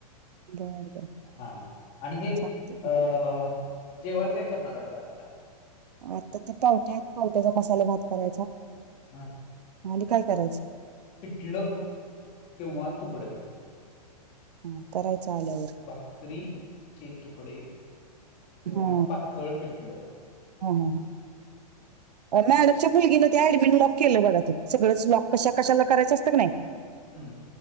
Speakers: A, on the right (about 80°); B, on the left (about 35°).
A: बर बर
B: हा आणि हे अ.
A: चालतंय
B: जेवाल काही करणार आहेत आत्ता.
A: आता ते पावट्या आहेत पावट्याचा मसाले भात करायचा.
B: हा.
A: आणि काय करायचं?
B: पिठलं
A: हा
B: किंवा तुकड.
A: हा करायचं आल्यावर.
B: भाकरी चे तुकडे किंवा
A: हा
B: पातळ पिटलं.
A: हा हा ह
B: <inaudible>
A: मॅडमच्या मुलगीनं ते ऍडमिट लॉक केलं बघा ते सगळंच लॉक कशा कशाला करायचं असतं का नाही.
B: हम्म.